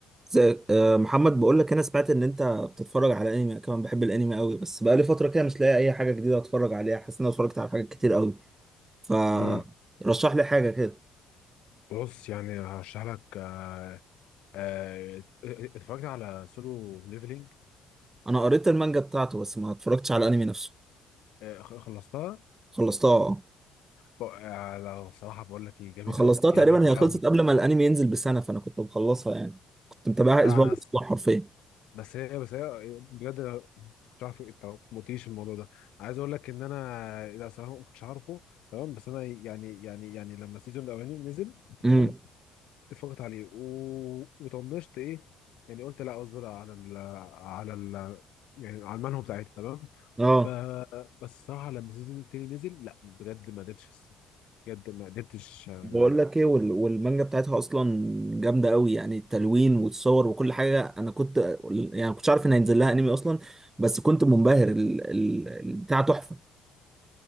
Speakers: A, on the right; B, on the left.
A: زي آه، محمد بقول لك انا سمعت ان انت بتتفرج على انمي أنا كمان بحب الانمي قوي بس بقالي فتره كده مش لاقي اي حاجه جديده اتفرج عليها حاسس ان انا اتفرجت على حاجات كتير قوي فرشح
B: امم
A: لي حاجه كده
B: بص يعني هشرح لك آه، آه، اتفرجت على سولو ليفلينج
A: انا قريت المانجا بتاعته بس ما اتفرجتش على الانمي نفسه
B: آه، خ- خلصتها
A: خلصتها اه
B: ب- آه، لو صراحه بقول لك ايه جامد
A: أنا خلصتها
B: قوي
A: تقريبا
B: جامد
A: هي
B: قوي
A: خلصت قبل ما الانمي ينزل بسنه فانا كنت مخلصها يعني كنت متابعها
B: لا
A: اسبوع
B: انا
A: باسبوع
B: س-
A: حرفيا
B: بس هي بس هي آه، بجد أنا ما كنتش عارف انت ما قلتليش الموضوع ده عايز اقول لك ان انا لا صراحه ما كنتش عارفه تمام بس انا يعني يعني يعني لما السيزون الاولاني نزل
A: امم
B: تمام اتفقت عليه و... وطنشت ايه يعني قلت لا اصبر على ال... على ال... يعني على المنهو بتاعتي تمام
A: اه
B: ف بس الصراحه لما السيزون التاني نزل لا بجد ما قدرتش بجد ما قدرتش آه...
A: بقول لك ايه وال- والمانجا بتاعتها اصلا جامده قوي يعني التلوين والصور وكل حاجه انا كنت يعني ما كنتش عارف ان هينزل لها انمي اصلا بس كنت منبهر ال... ال... البتاع تحفه